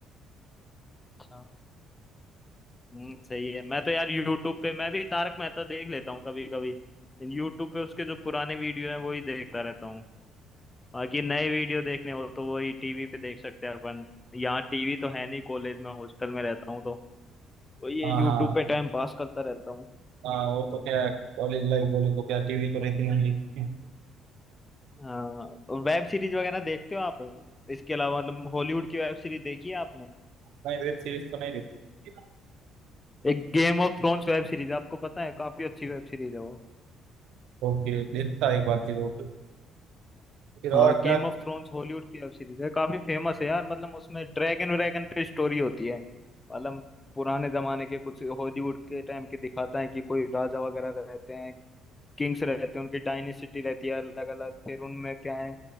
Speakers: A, on the left; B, on the right.
A: अच्छा हम्म, सही है मैं तो यार यूट्यूब पे मैं भी तारक मेहता देख लेता हूँ कभी कभी यूट्यूब पे उसके जो पुराने वीडियो हैं वो ही देखता रहता हूँ बाकी नए वीडियो देखने हो तो वही टीवी पे देख सकते हैं अपन यहाँ टीवी तो है नहीं कॉलेज में हॉस्टल में रहता हूँ तो वही
B: हाँ
A: यूट्यूब
B: हाँ
A: पे टाइम पास करता रहता हूँ
B: हाँ वो तो क्या कॉलेज लाइफ बोले तो क्या टीवी तो रहती नहीं थी।
A: हाँ तो वेब सीरीज वगैरह देखते हो आप इसके अलावा मतलब हॉलीवुड की वेब सीरीज देखी है आपने
B: नहीं वेब सीरीज तो नहीं देखती
A: एक Game of Thrones web series आपको पता है काफी अच्छी वेब सीरीज है वो
B: ओके देखता एक बार फिर वो फिर और
A: हाँ गेम
B: क्या
A: ऑफ थ्रोन्स हॉलीवुड की वेब सीरीज है काफी फेमस है यार मतलब उसमें ड्रैगन व्रैगन पे स्टोरी होती है मतलब पुराने जमाने के कुछ हॉलीवुड के टाइम के दिखाता है कि कोई राजा वगैरह रहते हैं किंग्स रहते हैं उनकी डायनेसिटी रहती है अलग अलग फिर उनमें क्या है